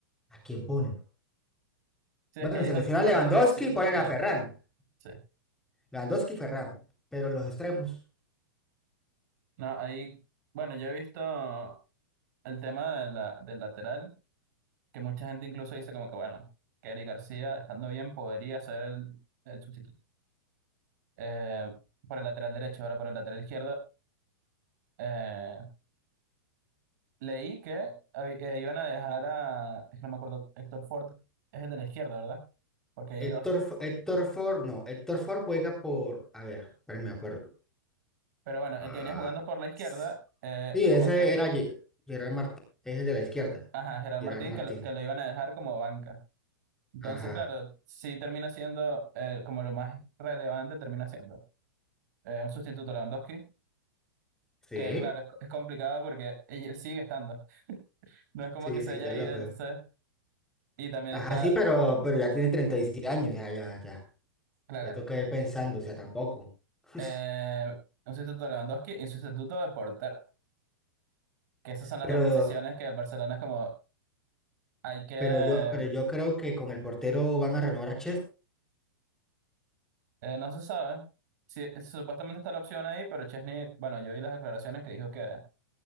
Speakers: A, in the centre; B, on the right.
A: ¿a quién ponen?
B: Sí,
A: Bueno,
B: es que ahí
A: se
B: es donde,
A: lesiona a
B: ahí
A: Lewandowski
B: es donde siento
A: y ponen
B: que...
A: a Ferran.
B: Sí.
A: Lewandowski y Ferran. Pero los extremos.
B: No, ahí... Bueno, yo he visto el tema de la, del lateral, que mucha gente incluso dice como que, bueno, que Eric García, estando bien, podría ser el, el sustituto. Eh, por el lateral derecho, ahora por el lateral izquierdo. eh, leí que hab- eh, iban a dejar a... Es que no me acuerdo, Héctor Ford es el de la izquierda, ¿verdad? porque hay
A: Héctor,
B: dos.
A: F- Héctor Ford, no, Héctor Ford juega por, a ver, espérenme, me acuerdo.
B: Pero bueno, el
A: Ah,
B: que venía jugando por la izquierda,
A: s-
B: eh,
A: sí,
B: como
A: ese
B: que,
A: era Ge- Gerard Martín, ese de la izquierda.
B: ajá, Gerard
A: Gerard
B: Martín,
A: Martín.
B: que lo, que lo iban a dejar como banca. Entonces,
A: Ajá,
B: claro, sí termina siendo eh, como lo más relevante, termina siendo eh, un sustituto Lewandowski,
A: sí,
B: que claro, es, es complicado porque él sigue estando. No es como
A: sí,
B: que se
A: sí,
B: haya
A: que es
B: ido,
A: la peor.
B: entonces, y también
A: Ajá,
B: está,
A: sí, pero, pero ya tiene 37 años, ya, ya, ya.
B: claro,
A: Ya tengo que ir pensando, o sea, tampoco. <laughs>
B: eh, un sustituto Lewandowski y un sustituto de portero, que esas son las
A: Pero,
B: dos posiciones que el Barcelona es como, hay que
A: pero yo, pero yo creo que con el portero van a renovar a Chef.
B: Eh, no se sabe. Sí, eh, supuestamente está la opción ahí, pero Chesney, bueno, yo vi las declaraciones que dijo que,